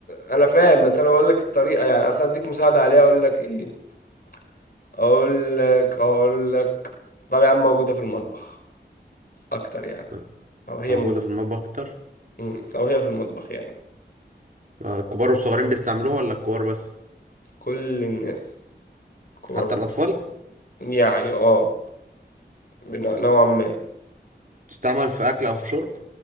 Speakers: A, on the left; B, on the right.
A: انا فاهم بس انا بقول لك الطريقة يعني اصل اديك مساعدة عليها اقول لك ايه اقول لك اقول لك طب يا عم موجودة في المطبخ اكتر يعني
B: آه،
A: او هي
B: موجودة
A: موجودة
B: في المطبخ أكتر
A: أمم، او هي في المطبخ يعني
B: آه، الكبار والصغيرين بيستعملوها ولا الكبار بس
A: كل الناس كبار
B: حتى
A: وصغار.
B: الأطفال
A: يعني اه بن- نوعا ما
B: تستعمل في أكل أو في شرب